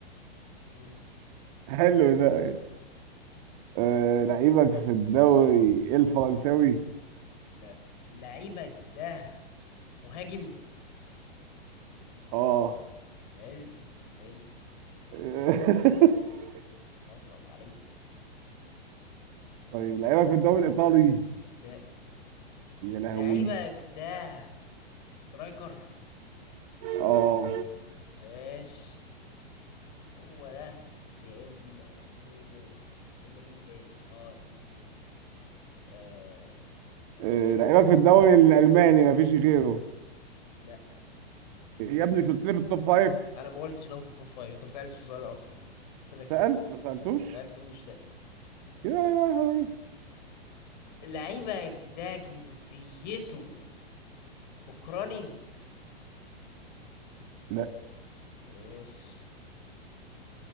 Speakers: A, on the left; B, on the right.
A: مم.
B: حلو ده أيوة. آه، لعيبك في الدوري الفرنساوي
A: لا لعيبك ده مهاجم
B: اه
A: حلو حلو
B: <laughs>
A: قرب عليا
B: طيب لعيبك في الدوري الايطالي
A: لا
B: يا لهوي
A: لعيبة جداه سترايكر
B: اه
A: ايش هو ده يا اما نينيو، يا اما مين تاني اه نينيو. آه, آه
B: آه،
A: جبته
B: لعيبك في الدوري الالماني مفيش غيره
A: لا
B: يا ابني مش قلت لي في التوب فايف
A: انا ما قلتش لو في التوب فايف انت ما سالتش سؤال اصلا قلت لك
B: سألت
A: لا
B: ما سألتوش
A: ما قلتوش لا
B: يا يا يا
A: لعيبة ده جنسيته اوكراني
B: لا
A: ماشي